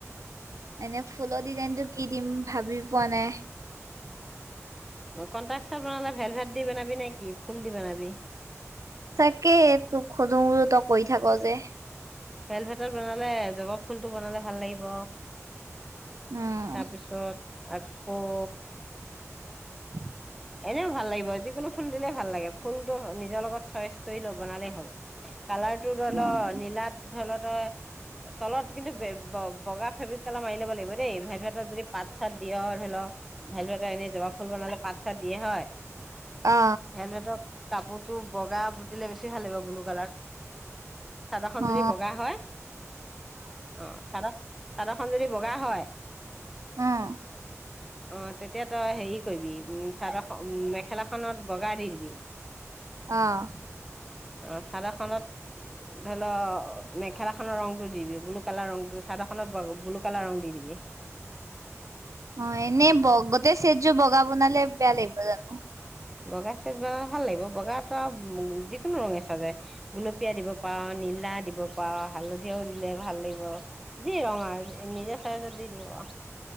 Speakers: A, on the right; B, in the centre.
A: এনেই ফুলৰ ডিজাইনটো কি দিম ভাবি পোৱা নাই।
B: কণ্টাকসত বনালে ভেল ভাত দি বনাবি নে কি ফুল দি বনাবি।
A: তাকে তোক সোধো বোলো তই কৰি থাক যে।
B: ভেল ভেতত বনালে জবাব ফুলটো বনালে ভাল লাগিব।
A: উম
B: তাৰপিছত। আকৌ।
A: <unintelligible>
B: এনেও ভাল লাগিব যিকোনো ফুল দিলে ভাল লাগে ফুলটো নিজৰ লগত চইচ কৰি লৈ বনালেই হ'ল। কালাৰটো ধৰিল
A: উম
B: নীলাত ধৰি ল। তলত কিন্তু বগা ফেব্ৰিক কালাৰ মাৰি ল'ব লাগিব দেই। ভেল ভটত যদি পাত চাত দিয় ধৰি লওক ভেল ভেতৰ এনে জবা ফুল বনালে পাত। দিয়ে হয়।
A: অ।
B: ভেলভেটৰ কাপোৰটো বগা বুতিলে বেছি ভাল লাগিব ব্লু কালাৰত। চাদৰখন যদি
A: অ
B: বগা হয় অ চাদৰ। চাদৰখন যদি বগা হয়।
A: অ'হ।
B: অ তেতিয়া তই হেৰি কৰিবি উ। চাৰ উ মেখেলা খনত বগা দিদিবি
A: আহ
B: অ চাদৰখনত ধৰি ল মেখেলাখনৰ ৰংটো দি দিবি ব্লু কালাৰ ৰংটো চাদৰখনত ব্লু কালাৰ ৰং দি দিবি
A: অ এনেই গোটেই চেটযোৰ বগা বনালে বেয়া লাগিব জানো
B: বগা চাইজ বাৰু ভাল লাগিব। বগাত আৰু যিকোনো ৰঙে চাজে গুলপীয়া দিব পাৰ, নীলা দিব পাৰ, হালধিও দিলে ভাল লাগিব। যি ৰঙ আৰু নিজা চাইজত দি দিব।